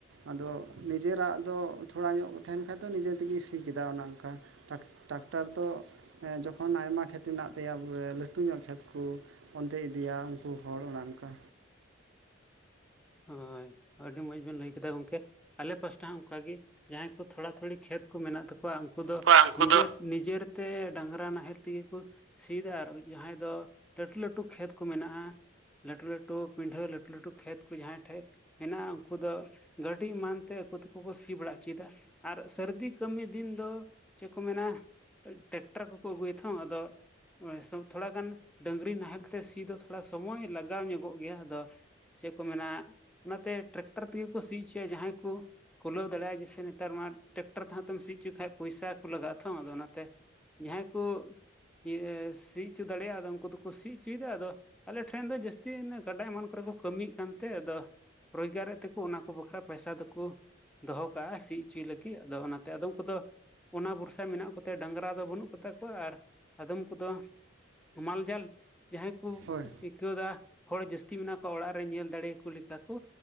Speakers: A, on the right (about 70°); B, in the centre.
A: ᱟᱫᱚ ᱱᱤᱡᱮᱨᱟᱜ ᱫᱚ ᱛᱷᱚᱲᱟ ᱧᱚᱜ ᱠᱚ ᱛᱟᱦᱮᱱ ᱠᱷᱟᱡ ᱫᱚ ᱱᱤᱡᱮ ᱛᱮᱜᱮ ᱥᱤ ᱠᱮᱫᱟ ᱚᱱᱮ ᱚᱱᱠᱟ ᱴᱨᱟᱠᱴᱟᱨ ᱫᱚ ᱡᱚᱠᱷᱚᱱ ᱟᱭᱢᱟ ᱠᱷᱮᱛ ᱦᱮᱱᱟᱜ ᱛᱟᱭᱟ ᱞᱟᱹᱴᱩ ᱧᱚᱜ ᱠᱷᱮᱛ ᱠᱚ ᱚᱱᱛᱮᱭ ᱤᱫᱤᱭᱟ ᱩᱱᱠᱩ ᱦᱚᱲ ᱚᱱᱮ ᱚᱱᱠᱟ
B: ᱦᱳᱭ ᱟᱹᱰᱤ ᱢᱚᱸᱡᱽ ᱵᱮᱱ ᱞᱟᱹᱭ ᱠᱮᱫᱟ ᱜᱚᱝᱠᱮ ᱟᱞᱮ ᱯᱟᱥᱴᱟ ᱦᱚᱸ ᱚᱱᱠᱟᱜ ᱜᱮ ᱡᱟᱦᱟᱸᱭ ᱠᱚ ᱛᱷᱚᱲᱟ ᱛᱷᱩᱲᱤ ᱠᱷᱮᱛ ᱠᱚ ᱢᱮᱱᱟᱜ ᱛᱟᱠᱚᱣᱟ ᱩᱱᱠᱩ ᱫᱚ
A: ᱠᱚᱣᱟ ᱩᱱᱠᱩ
B: ᱱᱤᱡᱮᱨ
A: ᱫᱚ
B: ᱱᱤᱡᱮᱨ ᱛᱮ ᱰᱟᱝᱨᱟ ᱱᱟᱦᱮᱞ ᱛᱮᱜᱮ ᱠᱚ ᱥᱤᱭᱫᱟ ᱟᱨ ᱡᱟᱦᱟᱸᱭ ᱫᱚ ᱞᱟᱹᱴᱩ ᱞᱟᱹᱴᱩ ᱠᱷᱮᱛ ᱠᱚ ᱢᱮᱱᱟᱜᱼᱟ ᱞᱟᱹᱴᱩ, ᱞᱟᱹᱴᱩ ᱯᱤᱰᱷᱟᱹ ᱞᱟᱹᱴᱩ ᱞᱟᱹᱴᱩ ᱠᱷᱮᱛ ᱠᱚ ᱡᱟᱦᱟᱸᱭ ᱴᱷᱮᱡ- ᱦᱮᱱᱟᱜ-ᱟ ᱩᱱᱠᱩ ᱫᱚ ᱜᱟᱹᱰᱤ ᱮᱢᱟᱱᱛᱮ ᱟᱠᱩ ᱛᱮᱠᱚ ᱠᱚ ᱥᱤ ᱵᱟᱲᱟ ᱦᱚᱪᱚᱭᱮᱫᱟᱺ ᱟᱨ ᱥᱟᱹᱨᱫᱤ ᱠᱟᱹᱢᱤ ᱫᱤᱱ ᱫᱚ ᱪᱮᱜ ᱠᱚ ᱢᱮᱱᱟ ᱴᱮᱠᱴᱟᱨ ᱠᱚᱠᱚ ᱟᱹᱜᱩᱭ ᱦᱟᱸᱛᱚ ᱟᱫᱚ ᱛᱷᱚᱲᱟ ᱜᱟᱱ ᱰᱟᱹᱝᱨᱤ ᱱᱟᱦᱮᱞ ᱠᱟᱛᱮ ᱥᱤ ᱫᱚ ᱛᱷᱚᱲᱟ ᱥᱚᱢᱚᱭ ᱞᱟᱜᱟᱣ ᱧᱚᱜᱚᱜ ᱜᱮᱭᱟ ᱟᱫᱚ ᱪᱮᱫ ᱠᱚ ᱢᱮᱱᱟ ᱚᱱᱟᱛᱮ ᱴᱨᱟᱠᱴᱟᱨ ᱛᱮᱜᱮ ᱠᱚ ᱥᱤ ᱚᱪᱚᱭᱟ ᱡᱟᱦᱟᱸᱭ ᱠᱚ ᱠᱩᱞᱟᱹᱣ ᱫᱟᱲᱮᱭᱟᱜᱼᱟ ᱡᱮᱥᱮ ᱱᱮᱛᱟᱨ ᱢᱟ ᱴᱨᱟᱠᱴᱟᱨ ᱛᱮᱦᱚᱸ ᱛᱮᱢ ᱥᱤ ᱦᱚᱪᱚ ᱠᱷᱟᱡ ᱯᱚᱭᱥᱟ ᱠᱚ ᱞᱟᱜᱟᱜᱼᱟ ᱛᱷᱚ ᱟᱫᱚ ᱚᱱᱟᱛᱮ, ᱡᱟᱦᱟᱸᱭ ᱠᱩ ᱤᱭᱟᱹ ᱥᱤ ᱚᱪᱚ ᱫᱟᱲᱮᱭᱟᱜᱼᱟ ᱟᱫᱚ ᱩᱱᱠᱩ ᱫᱚᱠᱚ ᱥᱤ ᱚᱪᱚᱭᱮᱫᱟ ᱟᱫᱚ ᱟᱞᱮ ᱴᱷᱮᱱ ᱫᱚ ᱡᱟᱹᱥᱛᱤ ᱜᱟᱰᱟ ᱮᱢᱟᱱ ᱠᱚᱨᱮ ᱠᱚ ᱠᱟᱹᱢᱤᱭᱮᱜ ᱠᱟᱱᱛᱮ ᱟᱫᱚ ᱨᱳᱡᱽᱜᱟᱨᱮᱫ ᱛᱮᱠᱚ ᱚᱱᱟ ᱠᱚ ᱵᱟᱠᱷᱨᱟ ᱯᱚᱭᱥᱟ ᱫᱚᱠᱩ ᱫᱚᱦᱚ ᱠᱟᱜᱼᱟ ᱥᱤ ᱦᱚᱪᱚᱭ ᱞᱟᱹᱜᱤᱫ ᱟᱫᱚ ᱚᱱᱟᱛᱮ ᱟᱫᱚᱢ ᱠᱚᱫᱚ ᱚᱱᱟ ᱵᱷᱚᱨᱥᱟ ᱢᱮᱱᱟᱜ ᱠᱚᱛᱮ ᱰᱟᱝᱨᱟ ᱫᱚ ᱵᱟᱹᱱᱩᱜ ᱠᱚᱛᱟ ᱠᱚᱣᱟ ᱟᱨ ᱟᱫᱚᱢ ᱠᱚᱫᱚ ᱦᱮᱢᱟᱞ ᱡᱟᱞ ᱡᱟᱦᱟᱸ
A: ᱦᱳᱭ
B: ᱟᱹᱭᱠᱟᱹᱣ ᱫᱟ ᱦᱚᱲ ᱡᱟᱹᱥᱛᱤ ᱢᱮᱱᱟᱜ ᱠᱚ ᱚᱲᱟᱜ ᱨᱮ ᱧᱮᱞ ᱫᱟᱲᱮ ᱠᱩ ᱞᱮᱠᱟ ᱠᱚ